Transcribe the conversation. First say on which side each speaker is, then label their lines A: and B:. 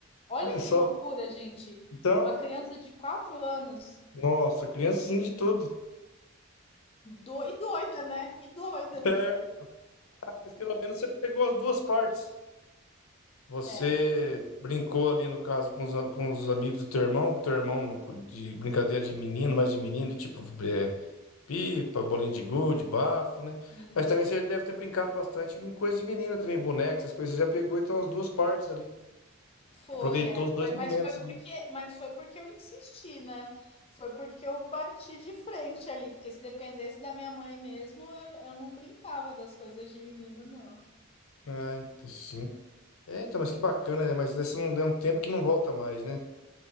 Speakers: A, on the left; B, on the left.
A: Olha
B: Olha
A: que
B: só.
A: loucura, gente.
B: Então,
A: Uma criança de 4 anos.
B: nossa, criancinha de tudo.
A: Do, e doida, né? E doida.
B: É, mas pelo menos você pegou as duas partes. Você
A: É,
B: brincou ali, no caso, com os, a- com os amigos do teu irmão, com o teu irmão no- de brincadeira de menino, mais de menino, tipo, é, Pipa, bolinho de gude, bafo, né?
A: sim.
B: Mas também você deve ter brincado bastante em coisas de menina também, boneca, essas coisas. Você já pegou então as duas partes ali.
A: Foi,
B: Aproveitou
A: é,
B: os
A: foi,
B: dois momentos
A: mas foi porque,
B: ali.
A: mas foi porque eu insisti, né? Foi porque eu bati de frente ali, porque se dependesse da minha mãe mesmo, eu, eu não brincava das coisas de menino, não.
B: Ah, então sim. É, então, mas que bacana, né? Mas esse não é um tempo que não volta mais, né?